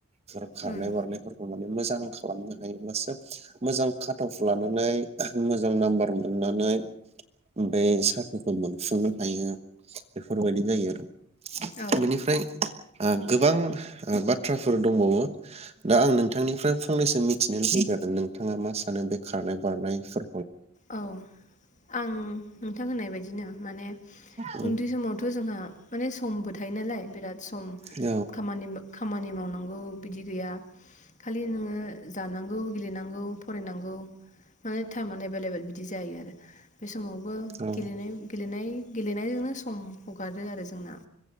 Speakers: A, on the right; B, on the left.
A: सोर खारार
B: उम
A: बारनाय फोरखौ ना मोजां खालामनो हायोब्ला सोब मोजां खाटपखौ लानानै मोजां नाम्बार मोननानै बे साख्रिखौ मोनफुंनो हायो बेफोरबायदि जायो आरो
B: औ
A: बेनिफ्राय ओ गोबां ओ बाथ्राफोर दंबावो दा आं नोंथांनिफ्राय फंनैसो मिथिनो लुबैदों आरो नोंथाङा मा सानो बे खारनाय बारनाय फोर
B: औ आं नोंथां होननाय बायदिनो माने
A: औ
B: उन्दै समावथ' जोंहा माने समबो थायो नालाय बिराद सम
A: औ
B: खामानि खामानि माव मावांगौ बिदि गैया खालि नोङो जानांगौ गेलेनांगौ फरायनांगौ माने टाइमाने बिदि जायो आरो बे समावबो
A: औ
B: गेलनाय गेलेनाय गेलेनायजोंनो सम हगारो आरो जोंना